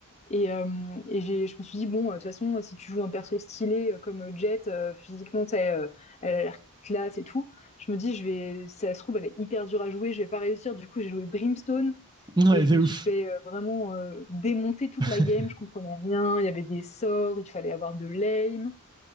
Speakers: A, on the left (about 30°); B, on the right (about 20°).
A: Et, euh, et j'ai, je me suis dit, bon, euh, de toute façon, si tu joues un perso stylé euh, comme euh, Jet, euh, physiquement, tu sais, euh, elle a l'air classe et tout, je me dis, je vais, si ça se trouve, elle est hyper dure à jouer, je vais pas réussir. Du coup, j'ai joué Brimstone
B: ouais. Ouais,
A: et je
B: c'est
A: me
B: ouf.
A: suis fait euh, vraiment euh, démonter toute
B: <laughs>
A: la game, je comprenais rien, il y avait des sorts, il fallait avoir de l'aim.